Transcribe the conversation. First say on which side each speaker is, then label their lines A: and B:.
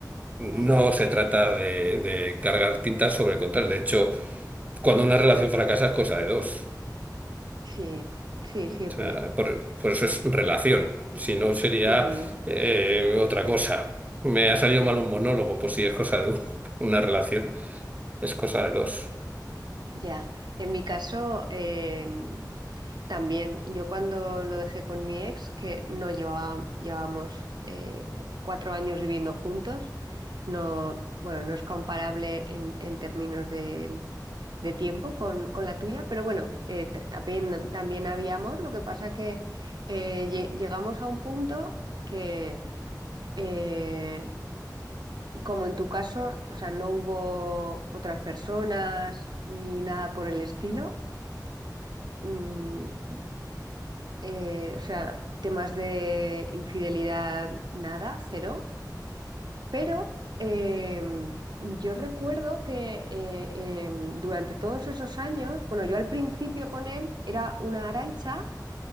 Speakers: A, on the right; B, on the right.
A: No
B: Vale,
A: se trata de, de cargar tintas sobre contar. De hecho, cuando una relación fracasa es cosa de dos.
B: sí, sí,
A: O
B: siempre.
A: sea, por, por eso es relación. Si no, sería
B: Ujú.
A: eh, otra cosa. Me ha salido mal un monólogo, pues si es cosa de uno. Una relación es cosa de dos.
B: Ya, en mi caso, em, También, yo cuando lo dejé con mi ex, que no llevaba- llevábamos eh, cuatro años viviendo juntos, no, bueno, no es comparable en, en términos de, de tiempo con, con la tuya, pero bueno, eh, t- también, también había amor, lo que pasa que eh, lle- llegamos a un punto que, eh, como en tu caso, o sea, no hubo otras personas ni nada por el estilo. mm, eh, o sea, temas de infidelidad, nada, cero. Pero em, yo recuerdo que eh, em, durante todos esos años, bueno, yo al principio con él era una Arancha